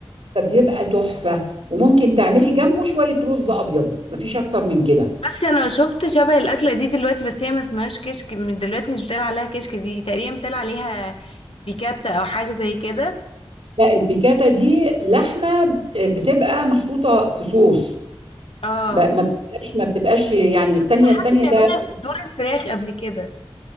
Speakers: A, on the right; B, on the left.
A: فبيبقى تحفه وممكن تعملي جنبه شويه رز ابيض مفيش اكتر من كده
B: بس انا شفت شبه الاكله دي دلوقتي بس هي ما اسمهاش كشك من دلوقتي مش بتقال عليها كشك دي تقريبا بتقال عليها بيكاتا او حاجه زي كده
A: لا البيكاتا دي لحمة بتبقى محطوطة في صوص
B: اه
A: ب- ما بتبقاش ما بتبقاش يعني
B: شفت
A: التانية
B: حد
A: التانية
B: بيعملها
A: ده
B: بصدور الفراخ قبل كده